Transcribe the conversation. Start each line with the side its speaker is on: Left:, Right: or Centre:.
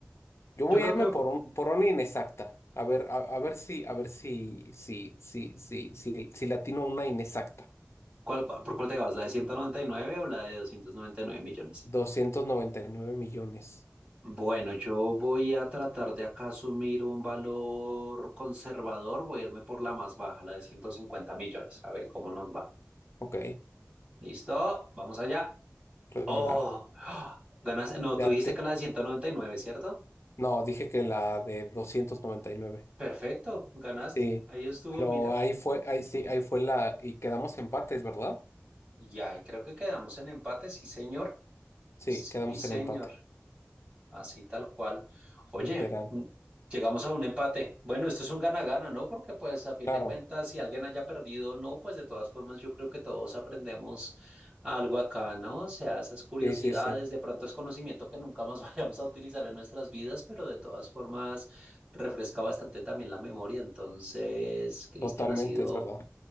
Left: Yo voy
Right: Yo creo
Left: a irme
Right: que,
Left: por un, por una inexacta. A ver, a, a ver si, a ver si, si, si, si, si, si le atino una inexacta.
Right: ¿cuál, cuál- por cuál te vas? ¿La de 199 o la de 299 millones?
Left: 299 millones.
Right: Bueno, yo voy a tratar de acá asumir un valor conservador, voy a irme por la más baja, la de 150 millones, a ver cómo nos va.
Left: Ok,
Right: ¿Listo? Vamos allá.
Left: revelar.
Right: ¡Oh! <gasps> ¡Ah! Ganaste. No,
Left: Ya
Right: tú dijiste
Left: te-
Right: que la de 199, ¿cierto?
Left: No, dije que la de doscientos noventa y nueve,
Right: Perfecto, ganaste.
Left: Sí,
Right: Ahí estuvo,
Left: pero
Right: mira.
Left: ahí fue, ahí sí, ahí fue la, y quedamos empates, ¿verdad?
Right: Y ahí creo que quedamos en empate, sí, señor.
Left: Sí,
Right: Sí,
Left: quedamos
Right: señor.
Left: en empate,
Right: Así tal cual. Oye,
Left: literal.
Right: mm, llegamos a un empate. Bueno, esto es un gana-gana, ¿no? Porque pues a fin
Left: Claro,
Right: de cuentas, si alguien haya perdido o no, pues de todas formas yo creo que todos aprendemos algo acá, ¿no? O sea, esas curiosidades,
Left: sí, sí, sí,
Right: de pronto es conocimiento que nunca más <laughs> vayamos a utilizar en nuestras vidas, pero de todas formas refresca bastante también la memoria. Entonces, Cristian,
Left: totalmente,
Right: ha sido
Left: es verdad.